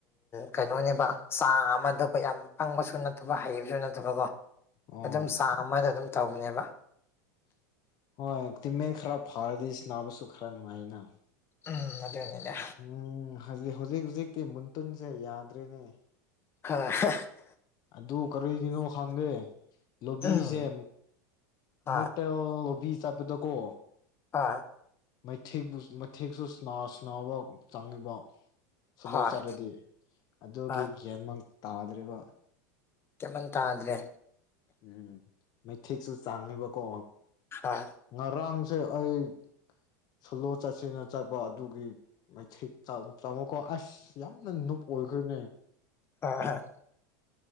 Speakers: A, on the left; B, on the left.
A: ꯀꯩꯅꯣꯅꯦꯕ ꯆꯥ ꯑꯃꯗ ꯑꯩꯈꯣꯏ ꯌꯥꯝ ꯄꯪꯕꯁꯨ ꯅꯠꯇꯕ ꯍꯩꯕꯁꯨ ꯅꯠꯇꯕꯀꯣ
B: ꯑꯣ
A: ꯑꯗꯨꯝ ꯆꯥꯃꯗ ꯑꯗꯨꯝ ꯇꯧꯕꯅꯦꯕ
B: ꯍꯣꯏ ꯇꯃꯦ ꯈꯔ ꯐꯥꯔꯗꯁ ꯅꯥ ꯄꯁꯁꯨ ꯈꯔ ꯅꯨꯡꯉꯥꯏꯅ
A: ꯎꯝ ꯑꯗꯨꯅꯤꯅ
B: ꯎꯝ ꯍꯧꯖꯤꯛ ꯍꯧꯖꯤꯛ ꯍꯧꯨꯖꯤꯛꯇꯤ ꯃꯨꯟꯇꯨꯟꯁꯦ ꯌꯥꯗ꯭ꯔꯤꯅꯦ
A: ꯍꯥ <unintelligible>
B: ꯑꯗꯨ ꯀꯔꯤꯒꯤꯅꯣ ꯈꯪꯗꯦ ꯂꯣꯕꯤꯁꯦ
A: ꯎꯝ ꯍꯣꯏ
B: ꯃꯣꯇꯣ ꯕꯤ ꯆꯠꯄꯗꯣ ꯀꯣ
A: ꯑꯥ
B: ꯃꯩꯊꯦꯛ ꯃꯩꯊꯦꯛꯁꯨ ꯁꯅꯥꯕ ꯆꯪꯉꯤꯕ ꯁꯣꯂꯣ
A: ꯍꯣꯏ
B: ꯆꯠ꯭ꯔꯗꯤ ꯑꯗꯨꯒꯤ
A: ꯍꯣꯏ
B: ꯒ꯭ꯌꯥꯟꯃꯥꯟ ꯇꯥꯗ꯭ꯔꯦꯕ
A: ꯒ꯭ꯌꯥꯟ ꯃꯥꯟ ꯇꯥꯗ꯭ꯔꯦ
B: ꯎꯝ ꯃꯩꯊꯦꯛꯁꯨ ꯆꯥꯡꯉꯦꯕꯀꯣ
A: ꯍꯥ
B: ꯉꯔꯥꯡꯁꯦ ꯑꯩ ꯁꯣꯂꯣ ꯆꯠꯁꯤꯟꯅ ꯆꯠꯄ ꯑꯗꯨꯒꯤ ꯃꯩꯊꯤ ꯆꯥꯃꯨꯛꯀꯣ ꯑꯁ ꯌꯥꯝꯅ ꯅꯨꯞ ꯑꯣꯏꯈ꯭ꯔꯦꯅꯦ
A: ꯑꯥ